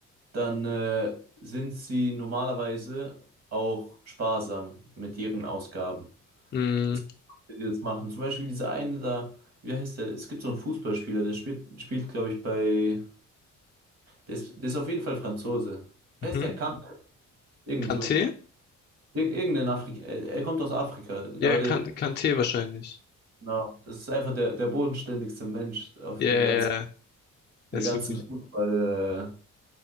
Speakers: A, on the right; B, on the left.
A: dann äh, sind sie normalerweise auch sparsam mit ihren Ausgaben.
B: Mhm,
A: Es gibt Leute, die das machen. Zum Beispiel dieser eine da, wie heißt der? Es gibt so einen Fußballspieler, der spielt, spielt glaube ich, bei. Der ist, der ist auf jeden Fall Franzose. Wie
B: mhm.
A: heißt der Kant? Irgendwie
B: Kanté?
A: so. Ir irgendein Afrika. Er, er kommt aus Afrika. Aber
B: Ja, kan
A: der,
B: Kanté wahrscheinlich.
A: genau, das ist einfach der, der bodenständigste Mensch auf,
B: Ja,
A: im
B: ja,
A: ganzen,
B: ja. Das
A: der ganzen
B: ist wirklich.
A: Fußball,